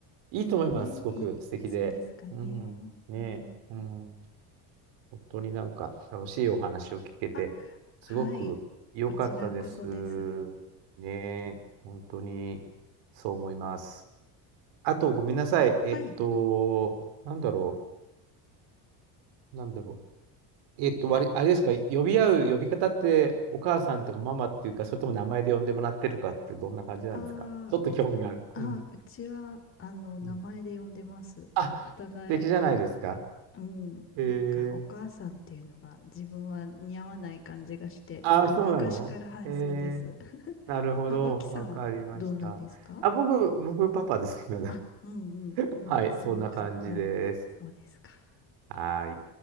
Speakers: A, on the right; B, on the left.
A: いいと思います。
B: ねえいい、
A: すごく素敵で。
B: そうですかね。
A: うん。ねえ。
B: は
A: うん。
B: い。
A: 本当になんか楽しいお話を聞けて、
B: あ、
A: すごく良かったです。
B: はい。こちらこそです。
A: ねえ、本当にそう思います。あと、ごめんなさい。
B: はい。
A: えっと、なんだろう、なんだろう。えっと、わりあれですか、呼び合う呼び方って、お母さんとかママっていうか、それとも名前で呼んでもらってるかって、どんな感じなんですかちょっと興味がある。
B: あーうち、あー、
A: うん。
B: うちは、あの、名前で呼んでます。
A: うん。あ、
B: お互い。
A: 素敵じゃないですか。
B: うん。
A: えー、
B: なんか、お母さんっていうのが自分は似合わない感じがして、
A: あ、
B: むか、
A: そうなのえー
B: 昔から、はい、そうです。<laughs>
A: なるほど。
B: あ、脇さんはどうなんですか
A: わかりました。あ、僕、僕、パパです。今だ
B: あ、うんうん。
A: <laughs>
B: もう、
A: はい、
B: そうか。
A: そんな感じです。
B: もう、そうですか。
A: はーい。